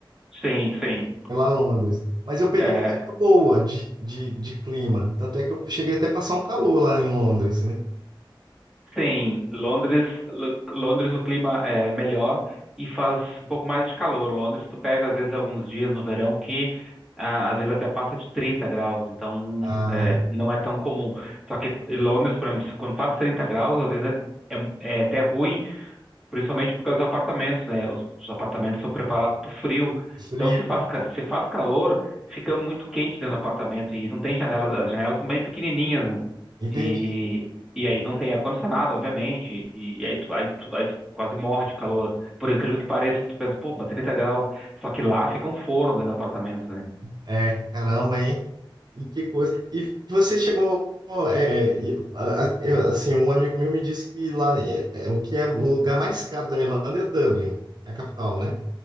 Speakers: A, in the centre; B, on the right.
A: Sim, sim.
B: Foi lá a Londres. Mas eu peguei
A: É,
B: uma época boa de, de, de clima. Tanto é que eu cheguei até a passar um calor lá em Londres, né?
A: Sim, Londres, Lo- Londres o clima é melhor e faz um pouco mais de calor. Londres tu pega às vezes alguns dias no verão que ah, às vezes até passa de 30 graus, então
B: Ah,
A: é, não é tão comum. Só que Londres, por exemplo, quando faz 30 graus, às vezes é, é é até ruim, principalmente por causa dos apartamentos, né? Os, os apartamentos são preparados para o frio.
B: frio,
A: Então se faz,
B: né?
A: ca- se faz calor, fica muito quente dentro do apartamento e não tem janelas, as janelas são bem pequenininhas, né?
B: Entendi.
A: E, e aí não tem ar-condicionado, obviamente, e, e aí, tu, aí, tu, aí tu quase morre de calor. Por incrível que pareça, tu pensa, pô, mas 30 graus, só que lá fica um forno dentro do apartamento, né?
B: É, caramba, hein? E que coisa. E você chegou. é, e, a- a- eu, assim, um amigo meu me disse que lá é, é o que é o lugar mais caro da Irlanda é Dublin, que é a capital, né?